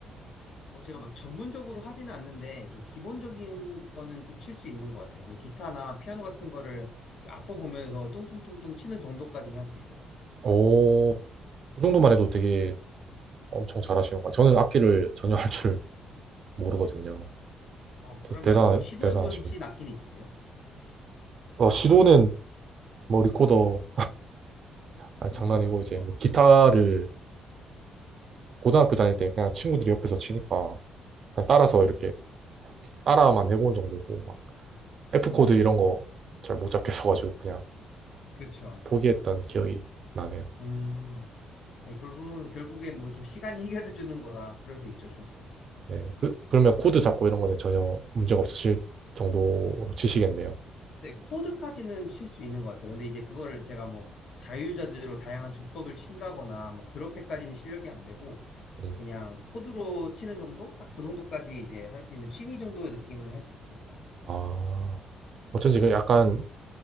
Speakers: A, on the left; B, on the right.
A: 어, 제가 막 전문적으로 하지는 않는데 좀 기본적인 거는 좀 칠 수 있는 것 같아요. 그래서 기타나 피아노 같은 거를 이렇게 악보 보면서 뚱뚱뚱뚱 치는 정도까지는 할 수 있어요.
B: 오, 그 정도만 해도 되게 엄청 잘하시는 거예요. 저는 악기를 전혀 할 줄 모르거든요.
A: 어, 그러면
B: 대- 대단하,
A: 뭐 시도해
B: 대단하십니다.
A: 보신 악기는 있으세요?
B: 어, 시도는 뭐 리코더, 아니,
A: 리코더
B: 장난이고
A: 같은
B: 이제
A: 거.
B: 뭐 기타를 고등학교 다닐 때 그냥 친구들이 옆에서 치니까 그냥 따라서 이렇게
A: 음,
B: 따라만 해본 정도고 막 F
A: 음,
B: 코드 이런 거 잘 못 잡겠어가지고 그냥
A: 그렇죠.
B: 포기했던 기억이 나네요.
A: 음, 아니, 그러면 결국에 뭐 좀 시간이 해결해 주는 거라 그럴 수 있죠, 충분히.
B: 네, 그, 그러면 코드 잡고 이런 거는 전혀 문제가 없으실 정도로 치시겠네요.
A: 근데 코드까지는 칠 수 있는 것 같아요. 근데 이제 그거를 제가 뭐 자유자재로 다양한 주법을 친다거나 뭐 그렇게까지는 실력이 안 되고
B: 음,
A: 그냥 코드로 치는 정도? 딱 그 정도까지 이제 할 수 있는 취미 정도의 느낌을 할 수 있습니다.
B: 아, 어쩐지 그 약간